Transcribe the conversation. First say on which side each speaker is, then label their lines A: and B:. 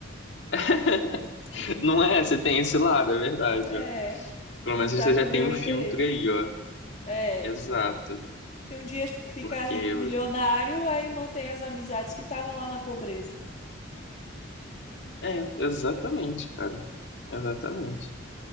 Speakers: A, on the left; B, on the left.
A: <laughs> Não é, você tem esse lado, é verdade,
B: É,
A: ó. Pelo
B: não
A: menos
B: tá
A: você
B: com
A: já
B: nenhum
A: tem um
B: interesse.
A: filtro aí, ó.
B: É,
A: Exato.
B: se um dia ficar
A: Porque
B: rico, milionário, aí mantém as amizades que estavam lá na pobreza.
A: É, exatamente, cara. Exatamente.